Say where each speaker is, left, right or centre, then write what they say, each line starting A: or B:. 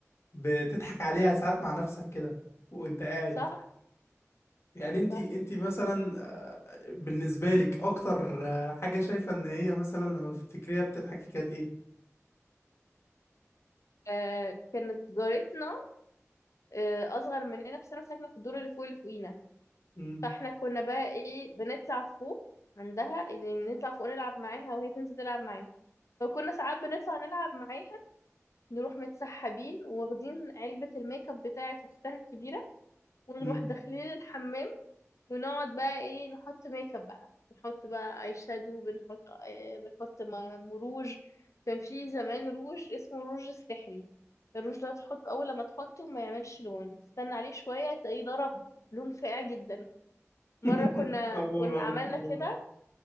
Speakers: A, on the left; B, on the left.
A: بتضحك عليها ساعات مع نفسك كده وانت قاعد
B: صح
A: يعني انت
B: صح
A: انت مثلا آه، بالنسبه لك اكتر آه، حاجه شايفه ان هي مثلا لما بتفتكريها بتضحكي كانت ايه
B: آه كانت جارتنا آه اصغر مننا بس انا ساكنة في الدور اللي فوق اللي فوقينا
A: امم
B: فاحنا كنا بقى ايه بنطلع فوق عندها يعني نطلع فوق نلعب معاها وهي تنزل تلعب معانا فكنا ساعات بنطلع نلعب معاها نروح متسحبين واخدين علبة الميك اب بتاعت اختها الكبيرة ونروح
A: امم
B: داخلين الحمام ونقعد بقى ايه نحط ميك اب بقى بنحط بقى اي شادو بنحط آه، بنحط م- م- روج كان في زمان روج اسمه الروج السحري الروج ده تحط اول لما تحطه ما يعملش لون استنى عليه شويه تلاقيه ضرب لون فاقع جدا مره
A: <laughs>
B: كنا
A: اول
B: كنا
A: مره اعرف
B: عملنا
A: الموضوع
B: كده
A: ده